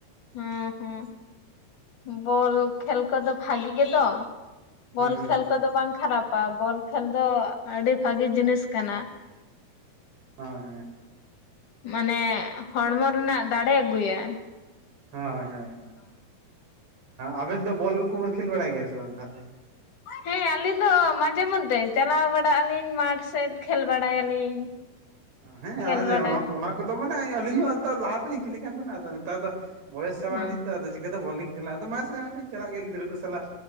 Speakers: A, on the left; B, on the right.
A: ᱦᱮᱸ ᱦᱮᱸ᱾ ᱵᱚᱞ ᱠᱷᱮᱞ ᱠᱚᱫᱚ ᱵᱷᱟᱜᱤ ᱜᱮᱫᱚ᱾ ᱵᱚᱞ
B: ᱦᱮᱸ
A: ᱠᱷᱮᱞ ᱠᱚᱫᱚ ᱵᱟᱝ ᱠᱷᱟᱨᱟᱯᱟ ᱵᱚᱞ ᱠᱷᱮᱞ ᱫᱚ ᱟᱹᱰᱤ ᱵᱷᱟᱹᱜᱤ ᱡᱤᱱᱤᱥ ᱠᱟᱱᱟ᱾
B: ᱦᱳᱭ ᱦᱳᱭ᱾
A: ᱢᱟᱱᱮ ᱦᱚᱲᱢᱚ ᱨᱮᱱᱟᱜ ᱫᱟᱲᱮ ᱟᱹᱜᱩᱭᱟ᱾
B: ᱦᱳᱭ ᱦᱳᱭ᱾ ᱟᱵᱮᱱ ᱫᱚ ᱵᱚᱞ ᱠᱚᱵᱮᱱ ᱠᱷᱮᱞ ᱵᱟᱲᱟᱭ ᱜᱮᱭᱟ ᱥᱮ ᱵᱟᱝ ᱛᱟᱦᱚᱞᱮ᱾
A: ᱦᱮᱸ ᱟᱹᱞᱤᱧ ᱫᱚ ᱢᱟᱡᱷᱮ ᱢᱚᱫᱫᱷᱮ ᱪᱟᱞᱟᱣ ᱵᱟᱲᱟᱜ ᱟᱹᱞᱤᱧ ᱢᱟᱴᱷ ᱥᱮᱫ ᱠᱷᱮᱞ ᱵᱟᱲᱟᱭᱟᱞᱤᱧ᱾
B: <inaudible> ᱦᱮᱸ
A: ᱠᱷᱮᱞ ᱵᱟᱲᱟ
B: ᱚᱱᱟ ᱠᱚᱫᱚ ᱢᱟᱱᱮ ᱟᱹᱞᱤᱧ ᱦᱚᱸ ᱮᱱᱛᱮ ᱞᱟᱦᱟ ᱛᱮᱞᱤᱧ ᱠᱷᱮᱞᱤᱜ ᱠᱟᱱ ᱛᱟᱦᱮᱱᱟ᱾ ᱟᱫᱚ ᱱᱮᱛᱟᱨ ᱫᱚ ᱵᱚᱭᱮᱥ ᱪᱟᱵᱱᱟᱞᱤᱧ
A: ᱦᱮᱸ
B: ᱛᱚ ᱟᱫᱚ ᱪᱤᱠᱟᱹᱛᱮ ᱵᱚᱞ ᱞᱤᱧ ᱠᱷᱮᱞᱟ ᱟᱫ ᱢᱟᱥᱮ ᱥᱟᱡᱷᱮ ᱞᱤᱧ ᱪᱟᱞᱟᱜ ᱜᱮᱭᱟ ᱜᱤᱫᱽᱨᱟᱹ ᱠᱚ ᱥᱟᱞᱟᱜ᱾